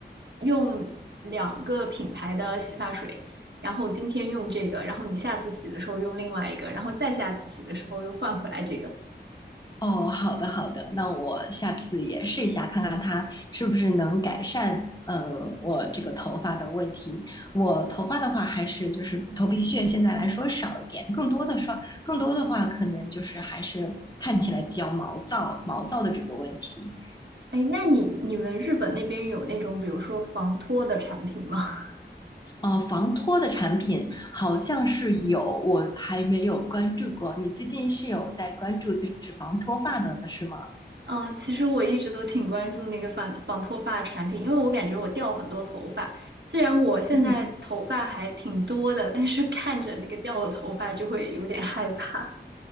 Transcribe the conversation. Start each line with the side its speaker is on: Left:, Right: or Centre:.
Right: 用两个品牌的洗发水，然后今天用这个，然后你下次洗的时候用另外一个，然后再下次洗的时候又换回来这个。
Left: 哦，好的好的，那我下次也试一下，看看它是不是能改善呃我这个头发的问题。我头发的话，还是就是头皮屑现在来说少一点，更多的说更多的话，可能就是还是看起来比较毛躁毛躁的这个问题。
Right: 哎，那你你们日本那边有那种比如说防脱的产品吗？
Left: 哦，防脱的产品好像是有，我还没有关注过。你最近是有在关注就是防脱发的是吗？
Right: 嗯，呃其实我一直都挺关注那个反防脱发产品，因为我感觉我掉很多头发。虽然我现在头发还挺多的，
Left: 嗯。
Right: 但是看着那个掉的头发就会有点害怕。